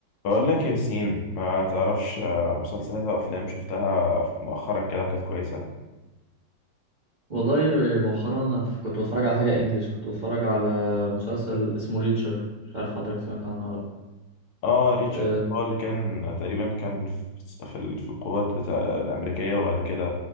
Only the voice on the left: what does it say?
بقول لك يا ياسين ما تعرفش آه، مسلسلات او افلام شفتها مؤخرا كده وكانت كويسه
اه ريتشارد
هو اللي كان تقريبا كان في في ال- في القوات بتاع الامريكيه وبعد كده